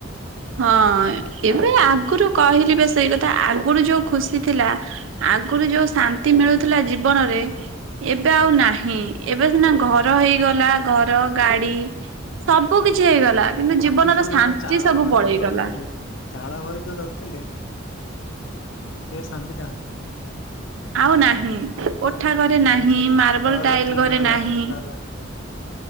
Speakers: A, on the right; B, on the left.
A: ହଁ ଏବେ ଆଗରୁ କହିଲି ବା ସେଇ କଥା ଆଗରୁ ଯୋଉ ଖୁସି ଥିଲା। ଆଗରୁ ଯୋଉ ଶାନ୍ତି ମିଳୁଥିଲା ଜୀବନରେ ଏବେ ଆଉ ନାହିଁ ଏବେ ସିନା ଘର ହେଇଗଲା ଘର ଗାଡି ସବୁ କିଛି ହେଇଗଲା କିନ୍ତୁ ଜୀବନର
B: ଆଗରୁ ସବୁ
A: ଶାନ୍ତି
B: ଲୋକ ଚାଳ
A: ସବୁ
B: ଘରେ
A: ପଳେଇଗଲା।
B: ଯୋଉ ରହୁଥିଲେ ଚାଳ ଘରେ ଯୋଉ ରହୁଥିଲେ ସେ ଶାନ୍ତି ଟା
A: ଆଉ ନାହିଁ କୋଠା ଘରେ ନାହିଁ
B: ଏବେ ସବୁ
A: ମାର୍ବଲ
B: କୋଠା ଘର
A: ଟାଇଲ
B: ଦି
A: ଘରେ
B: ମାହାଲା
A: ନାହିଁ।
B: ତିନି ମାହାଲା